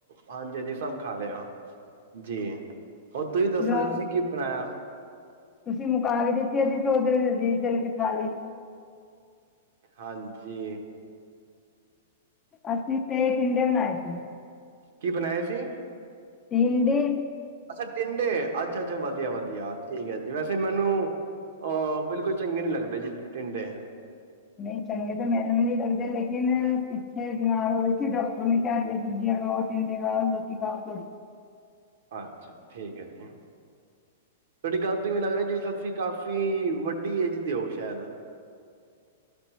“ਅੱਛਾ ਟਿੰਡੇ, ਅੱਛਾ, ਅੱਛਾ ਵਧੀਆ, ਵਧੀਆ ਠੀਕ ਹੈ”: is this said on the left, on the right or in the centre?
Right